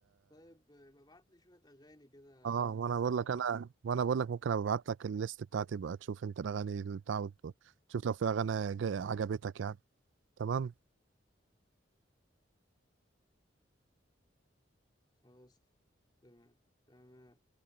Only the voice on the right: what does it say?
اه وانا
بقول لك
انا وانا بقول لك ممكن ابعت لك الليست بتاعتي بقى تشوف انت الاغاني اللي بتاع وت- تشوف لو في اغاني جا- عجبتك يعني تمام